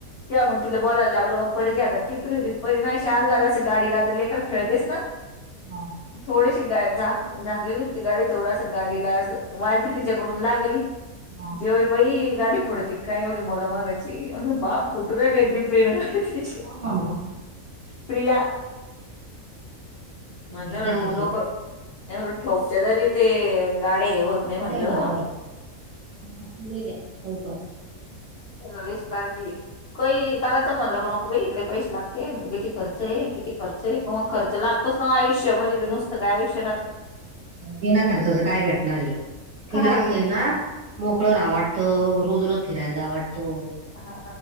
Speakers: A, on the left; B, on the right.
A: तेव्हा मग तिला बोलायला लागल मग परजे आता टिपरी होती परी ना अश आल्ला असं गाडीला तर लेकर खेळतेस ना. <unintelligible>
B: हा
A: थोडीशी गा झाक झाकलेली ती गाडी थोडा सग गाडीला वाली तिच्याकडून लागली
B: हा
A: जेव्हा बई गाडी फोडच काय एवढडी मलमागाची म्हण बाप फुटू रडी प्रि गाडी
B: कोण म्हणतो
A: प्रिया म
B: या तशाच
A: उलोक
B: आहे
A: ठोकतेरी तेे अ गाडी हग होत. नाही म्हणलं
B: का होत नाही्या चौक
A: चलीच काळजी काही करायचं म्हणलं क नको बाले पैसे लागते किती? खर्च आहे किती खर्च आहे मग खर्च लागतोच नाग आयुष्यमध्येध्येे नुसतंयुष्य
B: तना खर्चाच काय भेटणार आहे
A: काय
B: तिला असय ना. मोकळर आवटत रोज रोज फिरायला जा आवटतं.
A: हा